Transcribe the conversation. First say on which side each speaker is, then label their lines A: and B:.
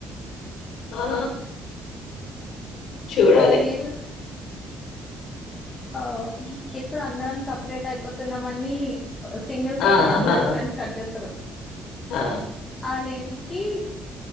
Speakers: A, on the left; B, on the left.
A: ఆ చూడాలి
B: అ రీల్ ఆ ఇప్పుడు అందరం సెపరేట్ అయిపోతున్నామ అని సింగిల్ కేక్
A: ఆహా
B: ని అందరు ఫ్రెండ్స్ కట్ చేస్తరూ
A: ఆ!
B: ఆ రీల్ కి